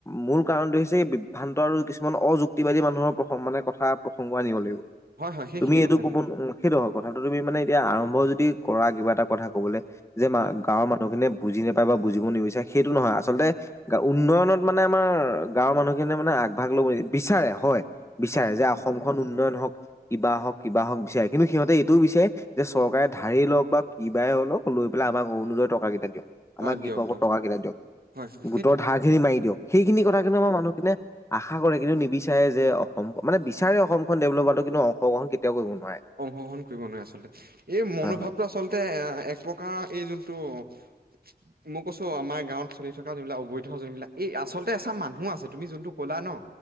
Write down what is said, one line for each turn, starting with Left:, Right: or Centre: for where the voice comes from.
Left: মূল কাৰণটো হৈছে, এই বিভ্ৰান্ত আৰু কিছু কিছুমান অযুক্তিবাদী মানুহৰ প্ৰসং মানে কথা প্ৰসংগ আনিব লাগিব।
Right: হয় হয় সেইখিনি
Left: তুমি এইটো
Right: কথা
Left: ক'ব সেইটো হয়, কথাটো তুমি মানে এতিয়া আৰম্ভ যদি কৰা কিবা এটা কথা কবলৈ, যে
Right: হয়
Left: গাঁৱৰ মানুহখিনিয়ে বুজি নাপায় বা বুজিব নিবিচাৰে সেইটো নহয়, আচলতে গ উন্নয়নত মানে আমাৰ গাঁৱৰ মানুহখিনিয়ে মানে আগ ভাগ ল'ব নি বিচাৰে হয় বিচাৰে,
Right: হয়
Left: যে অসমখন উন্নয়ন হওক। কিবা হওক কিবা হওক বিচাৰে, কিন্তু সিহঁতে এইটোও বিচাৰে যে চৰকাৰে ধাৰেই লওক বা কিবাই লওঁক লৈ পেলাই আমাক অৰুনোদয় টকাকেইটা দিয়ক। আমাৰ
Right: অ
Left: কৃষকৰ
Right: দিয়ক দিয়ক
Left: টকা কেইটা দিয়ক,
Right: হয় হয়
Left: গোটৰ
Right: সেইটোৱে
Left: ধাৰ খিনি মাৰি দিয়ক, সেইখিনি কথা কিন্তু আমাৰ মানুহখিনিয়ে আশা কৰে কিন্তু নিবিচাৰে যে অসম মানে বিচাৰে অসমখন ডেভলপ হোৱা, কিন্তু অংশগ্ৰহণ কেতিয়াও কৰিব ন
Right: অংশগ্ৰহণ কৰিব নোৱাৰে আচলতে, এই মনোভাৱটো
Left: হয় হয়
Right: আচলতে এ এক প্ৰকাৰৰ এই যোনটো <inaudible> মই কৈছো আমাৰ গাঁৱত চলি থকা যোনবিলাক অবৈধ যোনবিলাক, এই আচলতে এচাম মানুহো আছে তুমি যোনটো কলা ন।